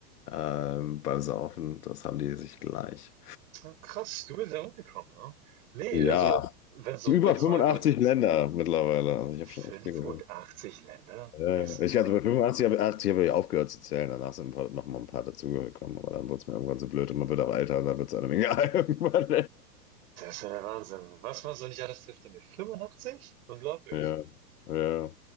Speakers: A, on the left (about 65°); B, on the right (about 55°).
A: ähm, beim Saufen, das haben die sich gleich.
B: Ja, krass, du bist ja umgekommen, ne? Nee,
A: Ja,
B: also, wenn es um,
A: über
B: wenn es
A: 85
B: um Alkohol geht.
A: Länder mittlerweile. Also ich habe
B: 85
A: schon echt viel gehört.
B: Länder?
A: Ja,
B: Ist
A: ja.
B: nicht
A: ich hatte
B: wahr.
A: bei 85, habe 80 habe ich aufgehört zu zählen. Danach sind ein paar, noch mal ein paar dazugekommen. Aber dann wurde es mir irgendwann so blöd und man wird auch älter und dann wird es einem egal <laughs> irgendwann.
B: Das ist ja der Wahnsinn. Was man so nicht alles trifft in die 85? Unglaublich.
A: Ja, ja.